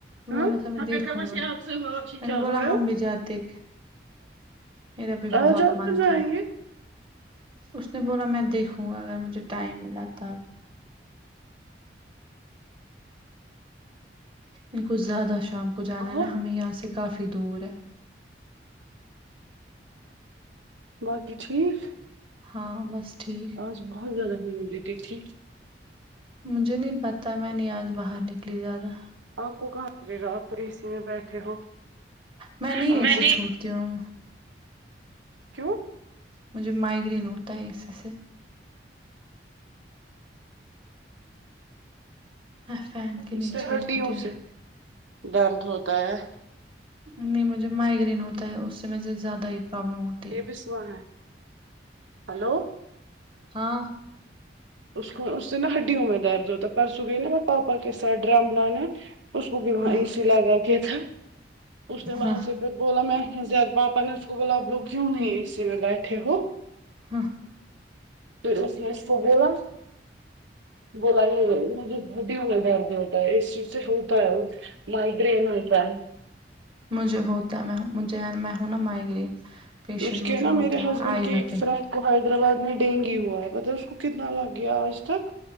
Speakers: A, on the right; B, on the right.
A: ہاں
B: بولا تھا میں
A: کیا
B: دیکھوں گا میں نے بولا
A: بول رہے
B: ہم
A: ہو
B: بھی جاتے میرا بھی
A: آ
B: بہت
A: جاؤ
B: من
A: تو جائیں
B: تھا
A: گے
B: اس نے بولا میں دیکھوں کھوں گا اگر مجھے ٹائم ملا تو ان کو زیادہ شام کو جانا ہے
A: اور
B: ناں ہمیں یہاں سے کافی دور ہے
A: باقی ٹھیک
B: ہاں بس ٹھیک
A: آج بہت زیادہ ہیومیڈٹی تھی
B: مجھے نہیں پتہ میں نہیں آج باہر نکلی زیادہ
A: آپ کو کہاں لگے گا آپ اے سی میں بیٹھے ہو
B: میں نہیں
A: آپ کو
B: اے سی چھوڑتی ہوں
A: کیوں
B: مجھے مائگرین ہوتا ہے اے سی سے فین کے نیچے
A: اس سے ہٹییوں
B: ہی ہوتے ہیں
A: سے درد ہوتا ہے
B: نہیں مجھے مائگرین ہوتا ہے اس سے میں زیادہ ہی پرابلم ہوتا
A: یہ بھی سو ہے ہلو
B: ہاں
A: اس کو اس سے نا ہڈیوں میں درد ہوتا پرسوں گئی ناں ب پاپا کے ساتھ ڈرم لانا اس کو بھی وہاں
B: ہ
A: اے سی لگا کے تھا اس نے وہاں
B: ہ
A: سے پھر بولا میں زیاد پاپا نے اس کو بولا آپ لوگ کیوں نہیں اے سی میں بیٹھے ہو
B: ہاں
A: اس نے اس کو بولا بولا یہ مجھے ہڈیوں میں درد ہوتا ہے اس چیز سے ہوتا ہے مائیگرین ہوتا ہے
B: مجھے ہوتا ہے میں مجھے میں ہوں ناں مائیگرین پیشنٹ
A: اس کے
B: مجھے
A: نا میرے
B: ہوتا
A: ہسبینڈ
B: ہے آئی
A: کے ایک
B: میں پہ
A: فرینڈ حیدرآباد میں ڈینگی ہوا ہے پتہ اس کو کتنا لگ گیا آج تک